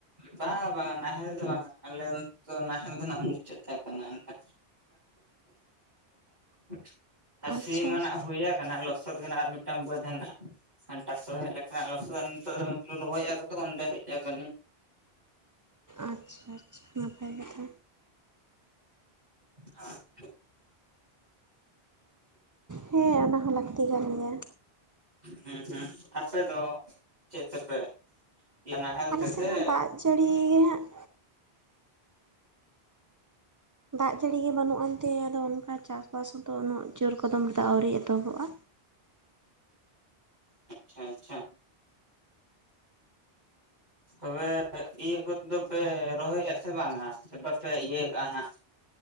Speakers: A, on the right; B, on the right.
A: ᱵᱟᱝᱟ ᱵᱟᱝᱟ ᱱᱟᱦᱮᱞ ᱫᱚ ᱵᱟᱝᱟ ᱟᱞᱮ ᱱᱚᱛᱮ ᱫᱚ ᱱᱟᱦᱮᱞ ᱫᱚ ᱦᱟᱸᱜ ᱢᱩᱪᱟᱹᱫ ᱛᱟᱦᱮᱸ ᱠᱟᱱᱟ ᱚᱱᱠᱟ᱾ <unintelligible> ᱟᱨ
B: ᱟᱪᱪᱷᱟ
A: ᱥᱤᱢᱱᱟᱜ ᱦᱩᱭᱟᱠᱟᱱᱟ ᱞᱚ ᱥᱚᱛ ᱠᱟᱱᱟ ᱟᱨ ᱢᱤᱫᱴᱟᱝ ᱵᱟᱹᱫᱽ ᱦᱮᱱᱟᱜᱼᱟ ᱴᱟᱠᱴᱚᱨ ᱦᱮᱜ ᱞᱮᱱᱠᱷᱟᱱ ᱞᱚᱥᱚᱫ ᱫᱟᱞᱮ ᱱᱤᱛᱚᱜ ᱫᱚ ᱨᱚᱦᱚᱭᱮᱫᱼᱟ ᱠᱚ ᱛᱚ ᱚᱸᱰᱮ, ᱦᱮᱜ ᱟᱠᱟᱹᱱᱟᱹᱧ᱾
B: ᱟᱪᱪᱷᱟ ᱟᱪᱪᱷᱟ ᱱᱟᱯᱟᱭ ᱠᱟᱛᱷᱟ,
A: ᱦᱟᱸ
B: ᱦᱮᱸ ᱚᱱᱟ ᱦᱚᱸ ᱞᱟᱹᱠᱛᱤ ᱠᱟᱱ ᱜᱮᱭᱟ᱾
A: ᱦᱮᱸ ᱦᱮᱸ ᱟᱯᱮ ᱫᱚ ᱪᱮᱫ ᱛᱮᱯᱮ ᱱᱟᱦᱮᱞ
B: ᱟᱞᱮ
A: ᱛᱮ ᱥᱮ,
B: ᱥᱮᱫ ᱢᱟ ᱫᱟᱜ ᱡᱟᱹᱲᱤ ᱦᱟᱸᱜ ᱫᱟᱜᱽ ᱡᱟᱹᱲᱤ ᱜᱮ ᱵᱟᱹᱱᱩᱜᱼᱟ ᱮᱱᱛᱮ ᱟᱫᱚ ᱚᱱᱠᱟ ᱪᱟᱥᱵᱟᱥ ᱦᱚᱸᱛᱚ ᱩᱱᱟᱹᱜ ᱡᱳᱨ ᱠᱚᱫᱚᱢ ᱨᱮᱫᱚ ᱟᱹᱣᱨᱤ ᱮᱛᱚᱦᱚᱵᱚᱜᱼᱟ᱾
A: ᱟᱪᱪᱷᱟ ᱟᱪᱪᱷᱟ, ᱛᱚᱵᱮ ᱤᱭᱟᱹ ᱠᱚᱫᱚ ᱯᱮ ᱨᱚᱦᱚᱭᱮᱜᱼᱟ ᱥᱮ ᱵᱟᱝᱟ ᱥᱮ ᱵᱟᱯᱮ ᱤᱭᱟᱹ ᱠᱟᱜᱼᱟ ᱱᱟᱜ?